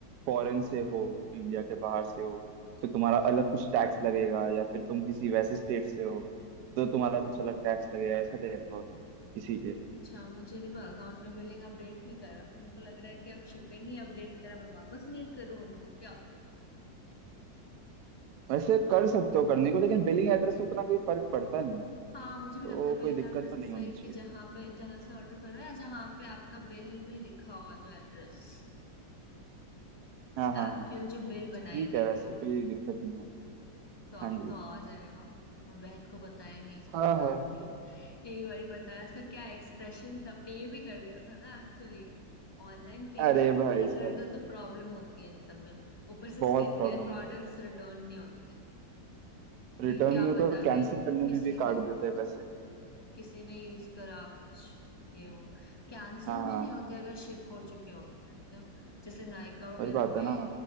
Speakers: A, on the right (about 65°); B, on the left (about 25°).
A: फॉरेन से हो इंडिया के बाहर से हो तो तुम्हारा अलग कुछ टैक्स लगेगा या फिर तुम किसी वैसे स्टेट से हो तो तुम्हारा कुछ अलग टैक्स लगेगा ऐसा टाइप का होता है किसी के
B: अच्छा मुझे नहीं पता था उनने बिलिंग अपडेट नहीं करा फिर मेरे को लग रहा है कि अब शिपिंग ही अपडेट करा मैं वापस मेल करूँ उनको क्या
A: वैसे कर सकते हो करने को लेकिन बिलिंग एड्रेस से उतना कोई फर्क पड़ता नहीं है
B: हाँ मुझे भी
A: तो
B: लगता है बिलिंग
A: कोई दिक्कत
B: एड्रेस
A: तो
B: इज
A: नहीं
B: लाइक
A: होनी चाहिए
B: कि जहाँ पे जहाँ से ऑर्डर करो या जहाँ पे आपका बिल में लिखा होगा जो एड्रेस
A: हाँ हाँ
B: एक्चुअल
A: हाँ
B: जो बिल बनाएंगे
A: ठीक है वैसे
B: वो
A: कोई दिक्कत नहीं है
B: तो अब
A: हाँ जी
B: तो आ जाएगा मैं बहन को बताया नहीं उसको
A: हाँ
B: बताना
A: हाँ
B: भी है एक बारी बताया उसका क्या एक्सप्रेशन था पे भी कर दिया था ना एक्चुअली ऑनलाइन पेमेंट
A: अरे
B: एक
A: भाई
B: बारी
A: साहब
B: कर दो तो प्रॉब्लम होती है इन सब में ऊपर से
A: बहुत
B: स्किन
A: प्रॉब्लम
B: केयर प्रोडक्ट्स
A: होती है
B: रिटर्न नहीं होते क्योंकि
A: रिटर्न
B: क्या
A: नहीं होता
B: पता
A: और कैंसिल
B: कि
A: करने
B: किसी
A: में भी
B: ने
A: काट देते हैं पैसे
B: किसी ने यूज करा कुछ ये वो कैंसिल
A: हाँ
B: भी
A: हाँ,
B: नहीं होते अगर शिप हो चुके होते हैं तो जैसे नायका वगैरह
A: वही बात
B: पे
A: है ना